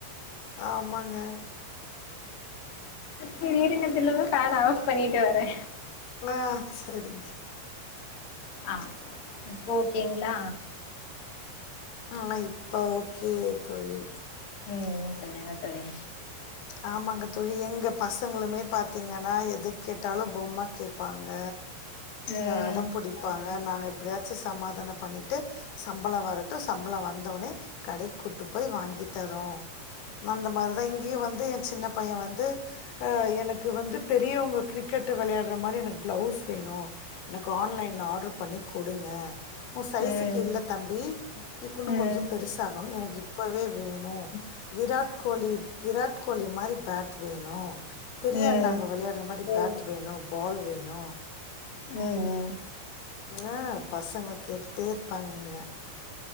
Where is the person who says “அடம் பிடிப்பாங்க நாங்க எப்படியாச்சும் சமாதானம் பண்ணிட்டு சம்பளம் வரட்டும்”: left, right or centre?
Left